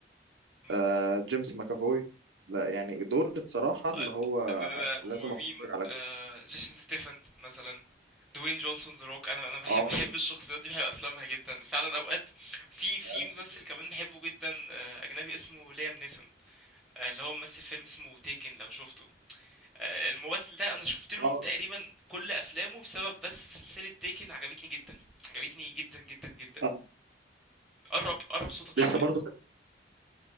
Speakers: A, in the centre; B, on the right (about 80°).
A: مم.
B: آه، جيمس ماكافوي لا يعني دول الصراحة اللي
A: آه،
B: هو
A: انا أنا- ومين
B: لازم أتفرج على
A: آه جيسون ستيفن مثلا دوين جونسون ذا روك انا انا بحب
B: اه
A: بحب الشخصيات دي بحب افلامها جدا فعلا اوقات في في
B: اه
A: ممثل كمان بحبه جدا آه، اجنبي اسمه ليام نيسون آه، اللي هو ممثل فيلم اسمه تيكن لو شفته آه، الممثل ده انا شفت له
B: آه.
A: تقريبا كل افلامه بسبب بس سلسلة تيكن عجبتني جدا عجبتني جدا جدا جدا
B: آه.
A: قرب قرب صوتك
B: لسه
A: شوية
B: برضو كان